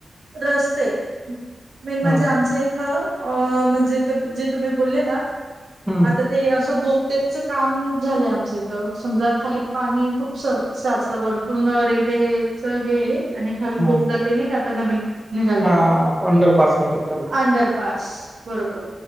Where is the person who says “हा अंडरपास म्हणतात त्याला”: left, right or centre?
Centre